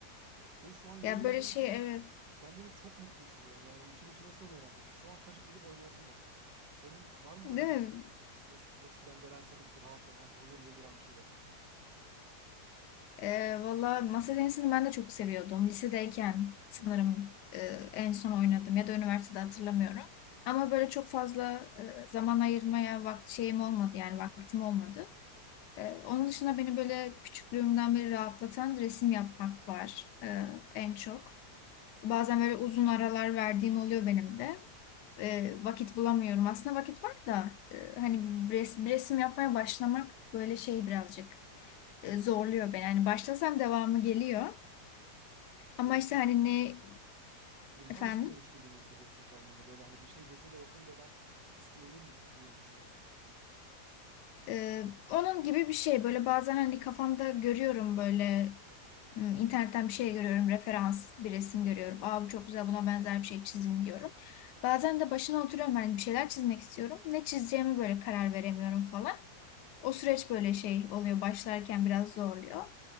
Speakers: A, on the right; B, on the left.
A: Ve şu an geri
B: Ya
A: döndüğüm
B: böyle şey
A: için
B: evet
A: kendimi çok mutlu hissediyorum. Yani içim içime sığmıyor neredeyse. Şu an kaçıp gidip oynayasım var. Senin var mı
B: değil
A: böyle bir
B: mi?
A: es- eskiden gelen seni rahatlatan, huzur bulduran bir şeylerin?
B: Ee, valla masa tenisini ben de çok seviyordum. Lisedeyken sanırım e, en son oynadım ya da üniversitede hatırlamıyorum. Ama böyle çok fazla e, zaman ayırmaya vakt şeyim olmadı yani vaktim olmadı. E, onun dışında beni böyle küçüklüğümden beri rahatlatan resim yapmak var e, en çok. Bazen böyle uzun aralar verdiğim oluyor benim de. e, vakit bulamıyorum. Aslında vakit var da e, hani res- bir resim yapmaya başlamak böyle şey birazcık e, zorluyor
A: İl-
B: beni. Hani başlasam devamı geliyor. Ama
A: Böyle
B: işte
A: bir
B: hani ne
A: ilham
B: efendim
A: istiyormuş gibi mi hissediyorsun kendinde? Böyle hani bir şey vesile olsun ve ben isteyeyim diye mi düşünüyorsun?
B: e, onun gibi bir şey böyle bazen hani kafamda görüyorum böyle m, internetten bir şey görüyorum referans bir resim görüyorum. Aa bu çok güzel buna benzer bir şey çizeyim diyorum. Bazen de başına oturuyorum hani bir şeyler çizmek istiyorum. Ne çizeceğimi böyle karar veremiyorum falan. O süreç böyle şey oluyor başlarken biraz zorluyor.